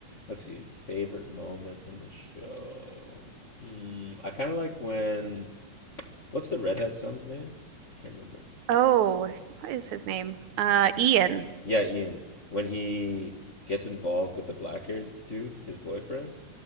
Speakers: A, on the left; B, on the right.
A: let's see, favorite moment in the show. Mm, I kind of like when what's the redhead son's name? I can't remember.
B: Oh, what is his name? Uh, Ian.
A: Yeah, Ian, when he gets involved with the black haired dude, his boyfriend,